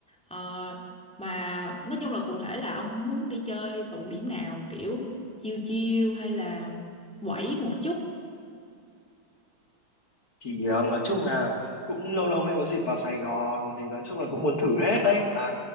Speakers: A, in the centre; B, on the left (about 50°).
A: Ờ, mà nói chung là cụ thể là ông muốn đi chơi tụ điểm nào kiểu chiêu chiêu hay là quẩy một chút
B: thì ờ, nói chung là cũng lâu lâu mới có dịp vào Sài Gòn thì nói chung là cũng muốn thử hết đấy là